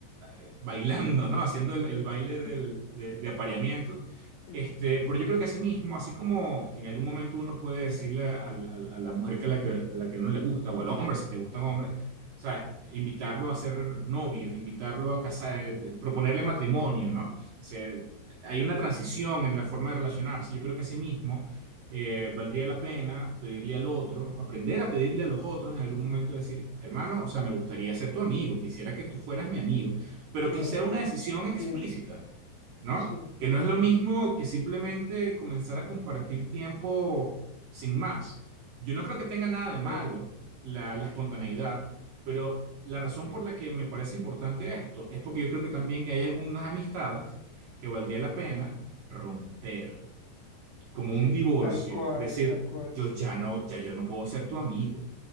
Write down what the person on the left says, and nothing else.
<laughs>
Sí,
claro,
es
distinto.
Sí,
ya,
Sí,
tal cual,
tal cual,